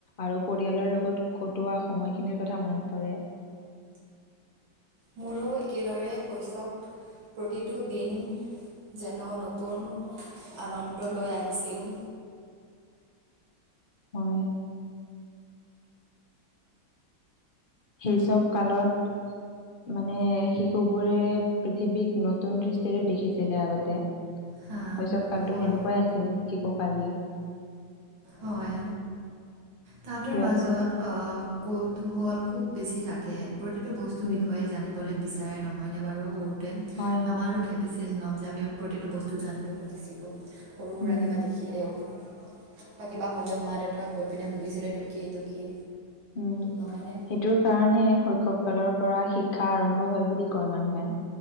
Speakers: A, on the left; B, on the right.
A: আৰু পৰিয়ালৰ লগত কটোৱা সময়খিনিৰ কথা মনত পৰে।
B: মোৰো একেদৰে শৈশৱ প্ৰতিটো দিন যেন নতুন আনন্দ লৈ আহিছিল।
A: হয়। সেই চব কালত মানে শিশুবোৰে পৃথিৱীক নতুন দৃষ্টিৰে দেখিছিলে আগতে।
B: হা
A: শৈশৱ কালটো
B: হয়
A: সেনেকুৱাই আছিল শিশু কালি
B: হয়। তাঁহাতৰ
A: সিহঁত
B: মাজত আহ- কৌতুহল খুব বেছি থাকে। প্ৰতিটো বস্তুৰ
A: উম
B: বিষয়ে জানিবলৈ বিচাৰে। নহয়নে বাৰু?
A: হয় হয়
B: আমাৰো থাকিছিল ন। আমিও প্ৰতিটো বস্তু জানিব খুজিছিলোঁ। সৰু-সুৰা
A: উম
B: কিবা দেখিলেও বা কিবা হ'লেও মা দেউতাক গৈ পিনে সুধিছিল এইটো কি এইটো কি।
A: উম,
B: নহয়নে?
A: সেইটোৰ কাৰণে শৈশৱ ফালৰ পৰা শিক্ষা আৰম্ভ হয় বুলি কয় মানুহে।